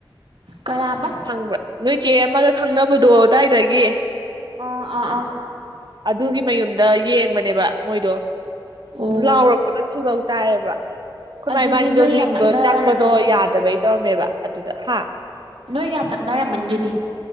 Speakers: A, on the right; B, on the right.
A: ꯀꯔꯥꯕ
B: ꯈꯪꯕ꯭ꯔꯥ ꯅꯣꯏ ꯆꯦ ꯑꯃꯒ ꯈꯪꯅꯕꯗꯣ ꯑꯗꯨꯗꯥꯏꯗꯒꯤ
A: ꯑꯥ ꯑꯥ ꯑꯥ
B: ꯑꯗꯨꯒꯤ ꯃꯌꯨꯝꯗ ꯌꯦꯡꯕꯅꯦꯕ ꯃꯣꯏꯗꯣ
A: ꯑꯣ
B: ꯂꯥꯎꯔꯛꯄꯗꯣ ꯁꯤ ꯇꯥꯏꯌꯦꯕ ꯑꯩꯈꯣꯏꯃꯥ
A: ꯑꯗꯨꯗꯤ
B: ꯏꯄꯥꯁꯤꯡꯗꯣ
A: ꯅꯣꯏ ꯌꯥꯝ
B: ꯍꯤꯡꯗꯣ
A: ꯅꯛꯅꯔꯝꯃꯅꯤꯅꯦ
B: ꯆꯪꯕꯗꯣ ꯌꯥꯗꯕꯩ ꯇꯧꯔꯝꯃꯦꯕ ꯑꯗꯨꯗ ꯍꯥ
A: ꯎꯝ ꯅꯣꯏ ꯌꯥꯝ ꯅꯛꯅꯔꯝꯃꯅꯤ ꯑꯗꯨꯗꯤ